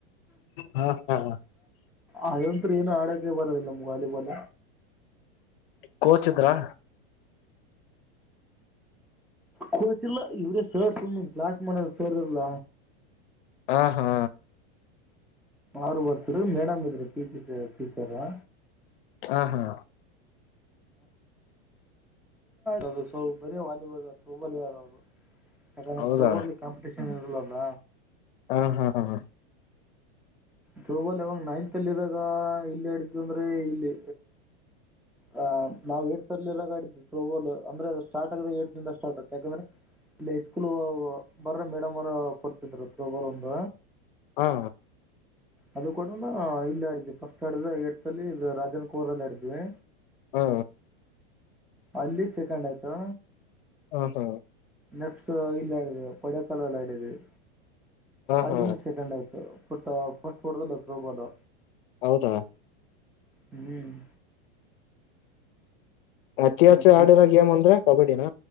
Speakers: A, on the left (about 60°); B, in the centre.
A: ಹ ಹಾ
B: ಆ ಂತ್ ಏನು ಆಡೋಕೆ ಬರದಿಲ್ಲ ನಮ್ ವಾಲಿಬಾಲ್
A: ಕೋಚ್ಿದ್ರಾ
B: ಕೋಚ್ಲ್ಲ ಇವ್ರ ಸರ್ ಸ ಕ್ಲಾಸ್ ಮಾಡಡರ್ ಸರ್ ಇಲ್ಲ
A: ಹ ಹಾ
B: ಆರು ವಾರಷರು ಮೇಡಮ ಇದ್ರಟಚ ಟೀಚರಾ
A: ಹಾ ಹಾ
B: ಅದು ಸ ಬರೀ ವಾಲಿಬಲ್ ಹಬಲಿಯಾರ ಅವರು ಯಾಕಂದ್ರೆೋವರ್
A: ಹೌದಾ
B: ಕಂಪಿಟೀಷನ್ ಇರಲಲ್ಲ
A: ಹಾ ಹಾ ಹಾ
B: ಥ್ರೋಬಾಲ್ ಯಾಗ ನೈನ್ತ್ ಅಲ್ಲಿ ಇದರಾಗ ಇಲ್ಲಿ ಆಡಿದು ಅಂದ್ರೆ ಇಲ್ಲಿ ಆ ನವು ಏಡ್ ತರ್ಲಿ ಎಲ್ಲಾಡಿದ್ದೆ ಥತ್ರೋಬಾಲ್ ಅಂದ್ರೆ ಅದು ಸಾರ್ಟ್ ಆಗದೆ ಏಡ್ಿಂದ ಸ್ಟಾರ್ಟ್ ಆಗತೆ ಯಾಕಂದ್ರೆ ಇಲ್ಲಐ ಸ್ಕೂಲ್ ಬರ್ರ ಮೇಡಮ್ ಅವ್ರ ಕೊಡ್ತಿದ್ರ ಪ್ರಬಲ್ ಒಂದ
A: ಹಾ
B: ಅದು ಕಡನ ಇಲ್ಲಿ ಆಡಿದ್ವಿ ಫಸ್ಟ್ ಆಡಿದ ಎಡ್ತಲ್ಲಿ ಇ ರಾಜನ್ ಕೋರಲ್ಲಿ ಆಡಿದ್ವಿ
A: ಹಾ
B: ಅಲ್ಲಿ ಸೆಕಂಡ್ ಆಯ್ತು
A: ಹ್ಮ ಹ್ಮ
B: ನೆಕ್ಸ್ಟ್ ಇಲ್ಲಿ ಆಡಿದೀವಿ ಕೊಡೈಕನಾಲ್ ಆಡಿದ್ದೀವಿ ಅಲ್ಲಿನ
A: ಹಾ
B: ಸೆಕೆಂಡ್ ಆಯ್ತು ಬಟ್ ಫಸ್ಟ್ ಕೊಡದಲ್ಲ ೋಬಾಲ್
A: ಹೌದಾ
B: ಹ್ಮ್
A: ಅತಿ ಹಾಸ
B: ಮತ್ತ
A: ಆಡಿರೋ ಗೇಮ್ ಅಂದ್ರೆ ಕಬಡ್ಡಿನ